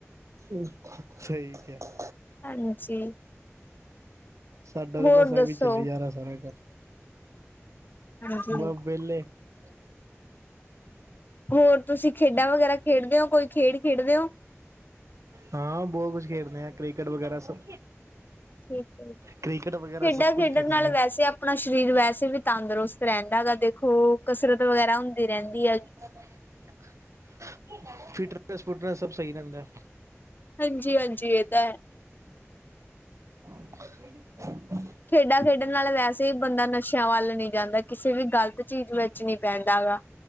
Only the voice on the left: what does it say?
ਹਾਂਜੀ।
ਹੋਰ
ਦੱਸੋ
ਹਾਂਜੀ
ਹੋਰ ਤੁਸੀਂ ਖੇਡਾਂ ਵਗੈਰਾ ਖੇਡਦੇ ਓ, ਕੋਈ ਖੇਡ ਖੇਡਦੇ ਓ?
' <unintelligible>
ਖੇਡਾਂ
ਖੇਡਣ
ਨਾਲ
ਵੈਸੇ ਆਪਣਾ ਸਰੀਰ ਵੈਸੇ ਵੀ ਤੰਦਰੁਸਤ ਰਹਿੰਦਾ ਗਾ ਦੇਖੋ ਕਸਰਤ ਵਗੈਰਾ ਹੁੰਦੀ ਰਹਿੰਦੀ ਆ ਗੀ।
ਹਾਂਜੀ-ਹਾਂਜੀ ਇਹ ਤਾਂ ਹੈ।
ਖੇਡਾਂ ਖੇਡਣ ਨਾਲ ਵੈਸੇ ਵੀ ਬੰਦਾ ਨਸ਼ਿਆਂ ਵੱਲ ਨਹੀਂ ਜਾਂਦਾ ਕਿਸੇ ਵੀ ਗ਼ਲਤ ਚੀਜ਼ ਵਿੱਚ ਨੀ ਪੈਂਦਾ ਗਾ।